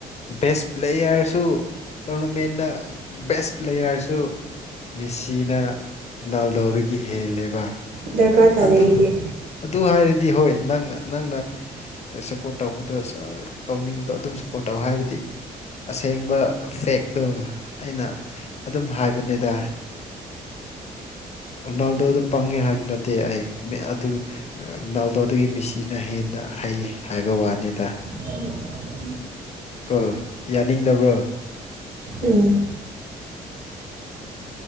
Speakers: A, on the left (about 35°); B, on the right (about 50°).
A: ꯦꯁ ꯄ꯭ꯂꯦꯌꯔꯁꯨ ꯇꯣꯔꯅꯃꯦꯟꯗ ꯕꯦꯁ ꯄ꯭ꯂꯦꯌꯔꯁꯨ ꯃꯦꯁꯤꯅ ꯔꯣꯅꯥꯜꯗꯣꯗꯒꯤ ꯍꯦꯜꯂꯦꯕ
B: ꯗꯔꯀꯥꯔ ꯇꯥꯗꯦ
A: ꯑꯗꯨ
B: ꯑꯩꯗꯤ
A: ꯑꯗꯨ ꯍꯥꯏꯔꯗꯤ ꯍꯣꯏ ꯅꯪꯅ ꯅꯪꯅ ꯁꯞꯄꯣꯔꯠ ꯇꯧꯕꯗ ꯇꯧꯅꯤꯡꯕꯗꯣ ꯑꯗꯨꯝ ꯁꯞꯄꯣꯔꯠ ꯇꯧ ꯍꯥꯏꯕꯗꯤ ꯑꯁꯦꯡꯕ ꯐꯦꯛꯇꯣ ꯑꯩꯅ ꯑꯗꯨꯝ ꯍꯥꯏꯕꯅꯤꯗ ꯅꯥꯜꯗꯣꯗ ꯄꯪꯉꯦ ꯍꯥꯏꯕ ꯅꯠꯇꯦ ꯑꯩ ꯑꯗꯨ ꯅꯥꯜꯗꯣꯗꯒꯤ ꯃꯤꯦꯁꯤꯅ ꯍꯦꯟꯅ ꯍꯩ ꯍꯥꯏꯕ ꯋꯥꯅꯤꯗ
B: ꯎ
A: ꯀ ꯌꯥꯅꯤꯡꯗꯕ꯭ꯔꯣ
B: ꯎꯝ